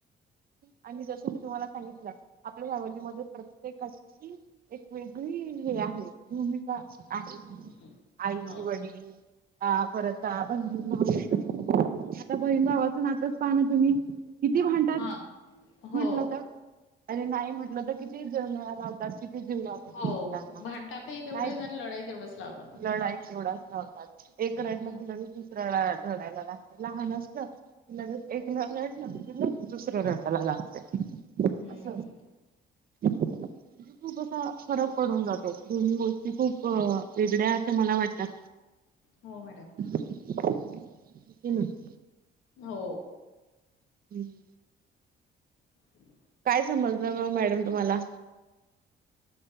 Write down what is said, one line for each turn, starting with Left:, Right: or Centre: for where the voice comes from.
Right: आणि जस मी तुम्हाला सांगितलं आपल्या फॅमिलीमध्ये प्रत्येकाची एक वेगळी हे आहे भूमिका आहे
Left: हम्म
Right: आई
Left: हो
Right: वडील, हा परत आ बहीण भाऊ आता बहीण भावाचं नातच पाह ना तुम्ही, किती भांडतात
Left: हा हो
Right: म्हटलं तर अरे नाही म्हटलं तर किती जन्माला, किती जीव लावलाना
Left: हो
Right: त्यांनी त्यांना
Left: भांडतातही तेवढेच
Right: नाही
Left: आणि लढाई तेवढेच लावतात.
Right: लढाई केवढाच नव्हता एका
Left: हम्म
Right: रडला कि लगेच दुस त रडायला लागला लहान असलं तिला एक रडल दुसर रडायला लागते
Left: हम्म
Right: अस, खूप असा फरक पडून जातो दोन्ही गोष्टी खूप वेगळ्या असं मला वाटतात
Left: हो मॅडम,
Right: <unintelligible>
Left: हो
Right: हम्
Left: हम्
Right: काय समजलं मग मॅडम तुम्हाला